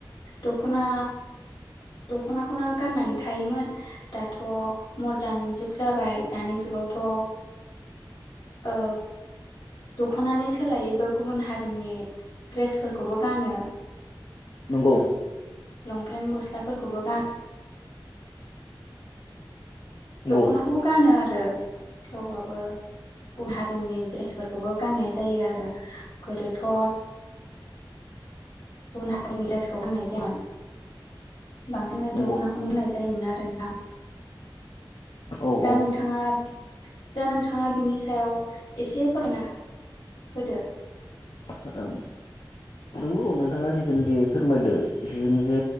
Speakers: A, on the left; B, on the left.
A: दख'ना दखनाखौनो गाननानै थायोमोन दाथ' मद्रान जुग जाबाय दानि जुग दानि जुगावथ' ओ दख'नानि सोलायैबो गुबुन हारिनि ड्रेसफोरखौबो गानो
B: नंगौ।
A: लंपेन्ट गस्लाफोरखौबो गा
B: नंगौ
A: दख'नाखौबो गानो आरो थेवबाबो गुबुन हारिनि ड्रेसफोरखौबो गाननाय जायो आरो गोदोथ' गुबुन हारिनि ड्रेसखौ होननाय जायामोन बांसिन
B: नंगौ
A: दख'नाखौनो होननाय जायोमोन आरो। नोंथां
B: औ
A: दा
B: औ
A: नोंथाङा दा नोंथाङा बिनि सायाव एसे फरायना होदो।
B: औ नंगौ नोंथाङा जिथुनिखि फोरमायदो जिथुनिखि